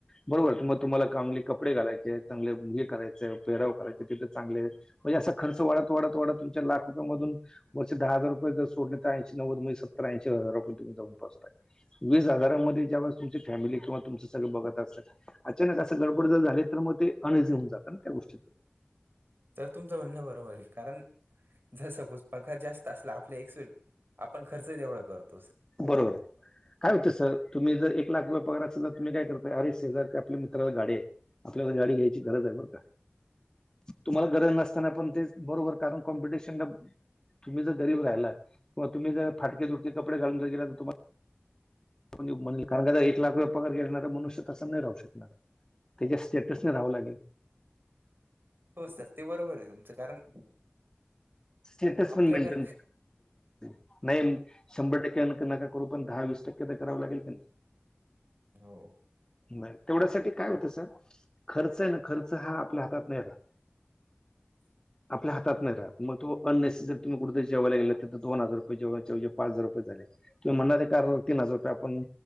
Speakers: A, on the left (about 20°); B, on the right (about 55°).
A: बरोबर मग तुम्हाला चांगले कपडे घालायचे आहेत. चांगले हे करायचं पेहराव करायचं तिथं चांगले म्हणजे असा खर्च वाढत वाढत वाढत तुमच्या लाख मधून मधून वरचे दहा हजार रुपये जर सोडले तर ऐंशी नव्वद म्हणजे सत्तर ऐंशी हजार पर्यंत तुम्ही जाऊन पोहाचताय. वीस हजारामध्ये ज्या वेळेस तुमची फॅमिली किंवा तुमचं सगळे बघत असल अचानक असं गडबड जर झाले तर मग ते अनईझी होऊन जातं ना त्या गोष्टीतून.
B: सर तुमचं म्हणणं बरोबर आहे कारण जर सपोज पगार जास्त असला आपल्या एक्सीड आपण खर्च तेवढा करतोस.
A: बरोबर आहे. काय होतं सर तुम्ही जर एक लाख रुपये पगार असल तर तुम्ही काय करता अरे ते शेजारच्या आपल्या मित्राला गाडी आहे. आपल्याला गाडी घ्यायची गरज आहे बरं का? तुम्हाला गरज नसताना, पण तेच बरोबर. कारण कॉम्पिटिशन ला, तुम्ही जर गरीब राहिला किंवा तुम्ही जर फाटके तुटके कपडे घालून जर गेला, तर तुम्हा <unintelligible> कारण का आता, एक लाख रुपये पगार घेणारा मनुष्य तसा नाही राहू शकणार. त्याच्या स्टेटस न राहावं लागेल.
B: हो सर. ते बरोबर आहे तुमचं. कारण
A: स्टेटस
B: आपल्या
A: पण मेंटेन
B: काय
A: <unintelligible> नाही शंभर टक्के, पण नका का करू पण दहा वीस टक्के तर करावं लागेल का नाही?
B: हो.
A: नाही. तेवढ्यासाठी काय होत सर, खर्च आहे ना खर्च, हा आपल्या हातात नाही राहत.
B: <inaudible>
A: आपल्या हातात नाही रहात. मग तो अनेसेसरी तुम्ही कुठेतरी जेवायला गेलात तिथं दोन हजार रुपये चं जेवायच्या ऐवजी पाच हजार रुपये झाले. तुम्ही म्हणाले कारण, तीन हजार रुपये आपण